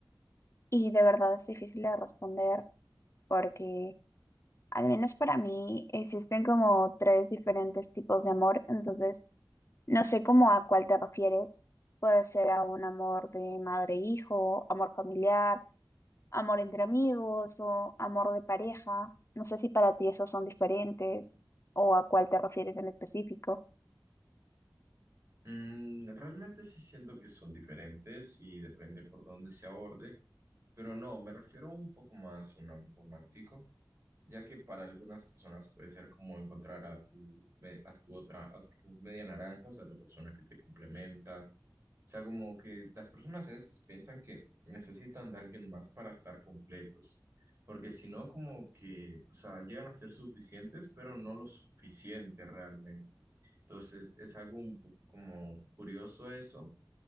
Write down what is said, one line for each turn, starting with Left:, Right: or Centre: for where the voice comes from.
Left: y de verdad es difícil de responder porque al menos para mí existen como tres diferentes tipos de amor, entonces no sé cómo a cuál te refieres. Puede ser a un amor de madre-hijo, amor familiar, amor entre amigos o amor de pareja. No sé si para ti esos son diferentes o a cuál te refieres en específico.
Right: Mm, realmente sí siento que son diferentes y depende por dónde se aborde, pero no, me refiero un poco más a un amor romántico, ya que para algunas personas puede ser como encontrar a tu, me- a tu otra, a tu media naranja, o sea, la persona que te complementa, o sea, como que las personas a veces piensan que necesitan de alguien más para estar completos, porque si no, como que, o sea, llegan a ser suficientes, pero no lo suficiente realmente. Entonces, es algo un poco como curioso eso,